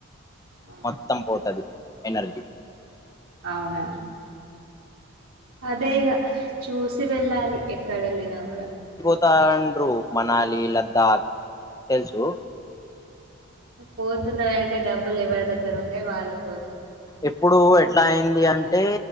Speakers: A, on the right; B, on the left.
A: ఆ
B: మొత్తం పోతది ఎనర్జీ
A: అవునా అదే ఇగ చూసి వెళ్ళాలి ఎక్కడేళ్ళినా కూడా
B: ఉత్తాండ్రు మనాలి లతా తెలుసు
A: పోతున్నారు అంటే డబ్బులు ఎవరి దగ్గర ఉంటాయి వాళ్ళు పో
B: ఎప్పుడు ఎట్లా అయింది అంటే